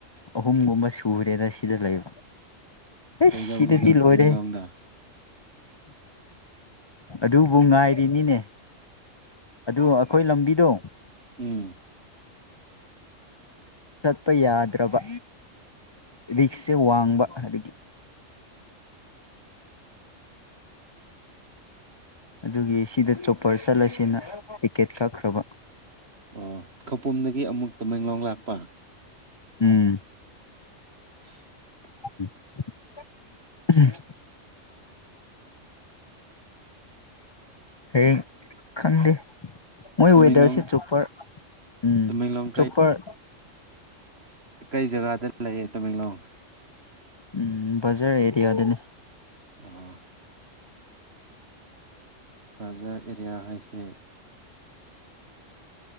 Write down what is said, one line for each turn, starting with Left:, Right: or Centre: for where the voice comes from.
Left: ꯑꯍꯨꯝꯒꯨꯝꯕ ꯁꯨꯔꯦꯅ ꯁꯤꯗ ꯂꯩꯕ ꯑꯦ
Right: ꯀꯩꯗꯧꯔꯤꯅꯣ
Left: ꯁꯤꯗꯗꯤ ꯂꯣꯏꯔꯦ
Right: ꯇꯃꯦꯡꯂꯣꯡꯗ
Left: ꯑꯗꯨꯕꯨ ꯉꯥꯏꯔꯤꯅꯤꯅꯦ ꯑꯗꯨ ꯑꯩꯈꯣꯏ ꯂꯝꯕꯤꯗꯣ
Right: ꯎꯝ
Left: ꯆꯠꯄ ꯌꯥꯗ꯭ꯔꯕ ꯔꯤꯛꯁꯁꯦ ꯋꯥꯡꯕ ꯑꯗꯒꯤ ꯑꯗꯨꯒꯤ ꯁꯤꯗ ꯆꯣꯄꯔ ꯆꯠꯂꯁꯤꯅ ꯇꯤꯀꯦꯠ ꯀꯛꯈ꯭ꯔꯕ
Right: ꯑꯣ ꯈꯧꯄꯨꯝꯗꯒꯤ ꯑꯃꯨꯛ ꯇꯃꯦꯡꯂꯣꯡ ꯂꯥꯛꯄ
Left: ꯎꯝ
Right: <inaudible>
Left: <unintelligible> ꯍꯩꯌꯦꯡ ꯈꯪꯗꯦ ꯃꯣꯏ
Right: ꯇꯃꯦꯡꯂꯣꯡ
Left: ꯋꯦꯗꯔꯁꯦ ꯆꯣꯄꯔ ꯎꯝ
Right: ꯇꯃꯦꯡꯂꯣꯡ
Left: ꯆꯣꯄꯔ
Right: ꯀꯩ ꯀꯩ ꯖꯒꯥꯗ ꯂꯩꯌꯦ ꯇꯃꯦꯡꯂꯣꯡ
Left: ꯎꯝ ꯕꯖꯥꯔ ꯑꯦꯔꯤꯌꯥꯗꯅꯤ
Right: ꯑꯣ ꯕꯖꯥꯔ ꯑꯦꯔꯤꯌꯥ ꯍꯥꯏꯁꯦ